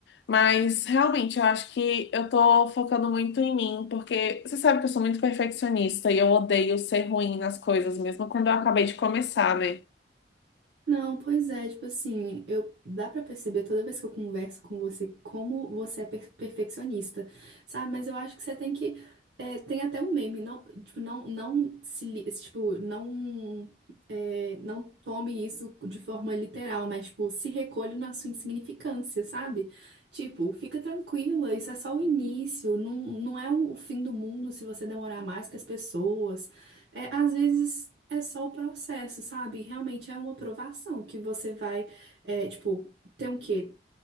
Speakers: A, on the left; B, on the right.
A: Mas realmente eu acho que eu tô focando muito em mim, porque você sabe que eu sou muito perfeccionista e eu odeio ser ruim nas coisas, mesmo quando eu acabei de começar, né?
B: Não, pois é, tipo assim, eu dá pra perceber toda vez que eu converso com você como você é per- perfeccionista, sabe? Mas eu acho que você tem que é, tem até um meme, não, tipo, não, não se, li- tipo, não é, não tome isso de forma literal, mas tipo, se recolhe na sua insignificância, sabe? Tipo, fica tranquila, isso é só o início, não, não é o fim do mundo se você demorar mais que as pessoas. É, às vezes é só o processo, sabe? Realmente é uma aprovação que você vai, é, tipo, tem o quê?